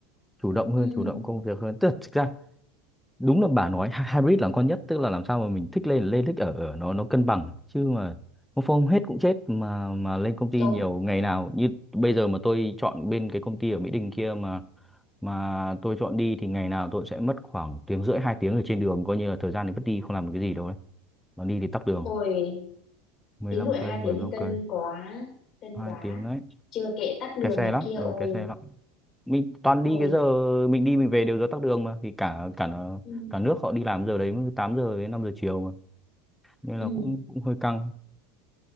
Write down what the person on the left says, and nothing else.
ừ,
đúng
rồi
tiếng rưỡi
hai
tiếng thì cân
quá cân
quá
chưa kể tắc đường
này
kia
ôi
thôi
ừ.
Ừ.